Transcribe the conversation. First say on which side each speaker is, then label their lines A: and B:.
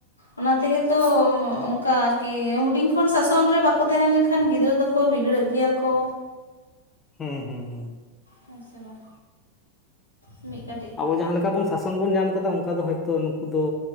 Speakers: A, on the left; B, on the left.
A: ᱚᱱᱟ ᱛᱮᱜᱮ ᱛᱚ ᱚᱝᱠᱟ ᱟᱨᱠᱤ ᱦᱩᱰᱤᱧ ᱠᱷᱚᱱ ᱥᱟᱥᱚᱱ ᱨᱮ ᱵᱟᱠᱚ ᱛᱟᱦᱮᱸ ᱞᱮᱱᱠᱷᱟᱱ ᱜᱤᱫᱽᱨᱟᱹ ᱫᱚ ᱠᱚ ᱵᱤᱜᱽᱲᱟᱹᱜ ᱜᱮᱭᱟ ᱠᱚ᱾
B: ᱦᱩᱸ ᱦᱩᱸ ᱦᱩᱸ
A: ᱦᱮᱸ ᱥᱮ ᱵᱟᱝ? ᱢᱤᱫ ᱠᱟ
B: ᱟᱵᱚ ᱡᱟᱦᱟᱸ ᱞᱮᱠᱟ ᱵᱚᱱ ᱥᱟᱥᱚᱱ ᱵᱚᱱ ᱧᱟᱢ ᱠᱟᱫᱟ ᱚᱱᱠᱟ ᱫᱚ ᱦᱳᱭᱛᱟ ᱱᱩᱠᱩ ᱫᱚ